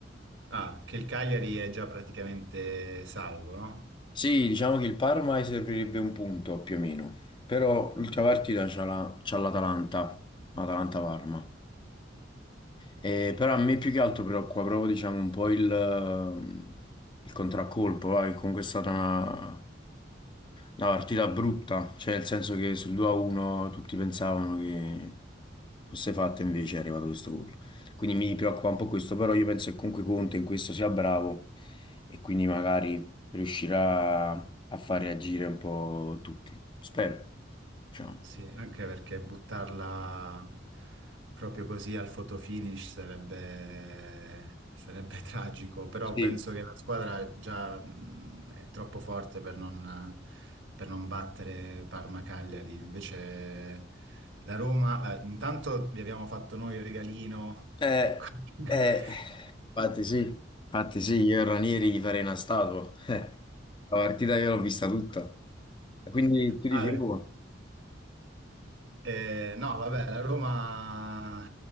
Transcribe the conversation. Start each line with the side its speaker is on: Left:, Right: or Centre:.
Right: Ah, che il Cagliari è già praticamente salvo, no?
Left: Sì, diciamo che il Parma gli servirebbe un punto più o meno, però l'ultima partita c'ha la- c'ha l'Atalanta, Atalanta-Parma. Eh, però a me più che altro preoccupa proprio, diciamo, un po' il, ehm, il contraccolpo, va, che comunque è stata una, una partita brutta, cioè nel senso che sul 2-1 tutti pensavano che fosse fatta, invece è arrivato questo gol. Quindi mi preoccupa un po' questo, però io penso che comunque Conte in questo sia bravo e quindi magari riuscirà a far reagire un po' tutti. Spero, diciamo.
Right: Sì, anche perché buttarla proprio così al fotofinish sarebbe, sarebbe <laughs> tragico, però
Left: Sì.
Right: penso che la squadra già mh, è troppo forte per non, per non battere Parma-Cagliari. Invece la Roma, eh, intanto vi abbiamo fatto noi il regalino.
Left: Eh,
Right: <laughs>
Left: eh, Infatti sì, infatti sì, io e Ranieri gli farei una statua. <laughs> Eh, la partita io l'ho vista tutta. E Quindi tu dici
Right: Ah,
Left: Roma.
Right: Eh, no, vabbè, la Roma